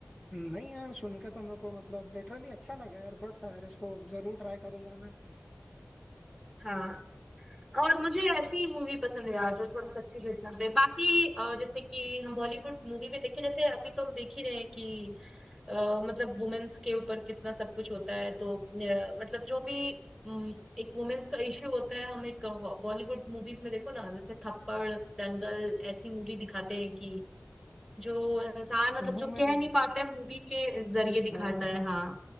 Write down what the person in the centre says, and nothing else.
हाँ और मुझे ऐसी मूवी पसंद है यार जो थोड़ा सच्ची घटना पे बाकी अ, जैसे कि हम बॉलीवुड मूवी में देखें जैसे अभी तो हम देख ही रहे हैं कि अ, मतलब वुमेन्स के ऊपर कितना सब कुछ होता है तो अ, मतलब जो भी अम, एक वुमेन्स का इश्यू होता है हम एक बॉलीवुड मूवीज में देखो ना जैसे थप्पड़ दंगल ऐसी मूवी दिखाते हैं कि जो इंसान मतलब जो
कह नहीं पाता है मूवी के जरिए दिखाता
है
हाँ